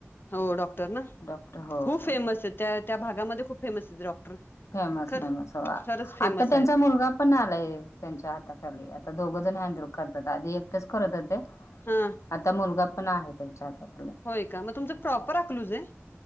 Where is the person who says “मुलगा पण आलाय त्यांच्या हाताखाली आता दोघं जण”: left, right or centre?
Left